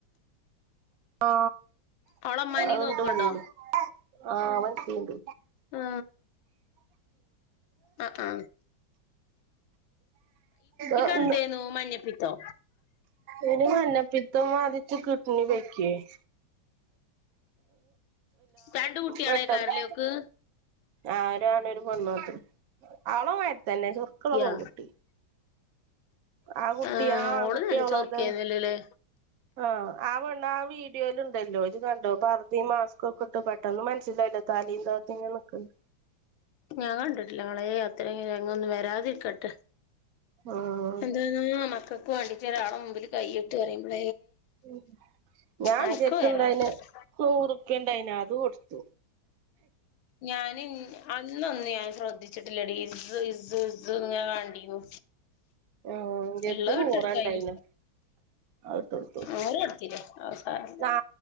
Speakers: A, on the right; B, on the left.
A: ആ
B: അവളെ ഇമ്മാനേം
A: അതു
B: നോക്കണ്ടോ
A: <unintelligible> ആ <unintelligible> ഇണ്ട്
B: ആ അ അ
A: ആ
B: എന്തേന്നു
A: മ്
B: മഞ്ഞപ്പിത്തോ
A: അയ്ന് മഞ്ഞപ്പിത്തം ബാധിച്ചു കിഡ്നി പോയ്ക്കെ <inaudible>
B: രണ്ട് കുട്ട്യാളേക്കാരലേ
A: പെട്ടെന്ന്
B: ഓക്ക്
A: ആരാണ് ഒരു <unintelligible> ആളേ മാതിരിതന്നെ ചൊർക്കുള്ള
B: യാ
A: പെൺകുട്ടി ആ കുട്ടിയാ
B: ആഹ്
A: ആൺകുട്ടിയാ
B: ഓള് നല്ല
A: ഓള്ളത്
B: ചൊറുക്കേന്നല്ലോല്ലേ
A: ആ ആ പെണ്ണാ ആ വീഡിയോയിൽ ണ്ടല്ലോ ഇജ് കണ്ടോ പർ ദിം മാസ്കൊക്കെ ട്ട് പെട്ടന്ന് മനസ്സിലായില്ല തലയും താത്തി ഇങ്ങനെ നിക്കണ്ട്
B: ഞാൻ കണ്ടിട്ടില്ല മളെ അത്രയും രംഗൊന്നും വരാതിരിക്കട്ടെ
A: ആഹ്
B: എന്തെന്നാ മക്കൾക്ക് വേണ്ടീട്ട് ഒരാളെ മുമ്പില് കൈ നീട്ടാറിമ്പഴേ
A: ഉം ഞാൻ
B: ആർക്കും
A: ഇൻ്റടത്ത്ണ്ടായിനെ
B: വരാതിരിക്കട്ടെ
A: നൂറു പ്പ്യണ്ടായി നി അത് ട്ട് കൊടുത്തു
B: ഞാന് അന്നൊന്ന് ഞാ ൻ ശ്രദ്ധിച്ചിട്ടില്ലെടീ ഇസ് ഇസ് ഇസ് ഇങ്ങനെ കണ്ടീന്നു
A: ഉം ഇൻ്റട്ത്ത്
B: ഇള്ള വിട്ടെടുക്കായിന്
A: നൂറാണ്ടായിന് അഇട്ടൊട്ത്തു
B: നൂറ് കൊടുത്തില്ലേ അവസാനം
A: നാ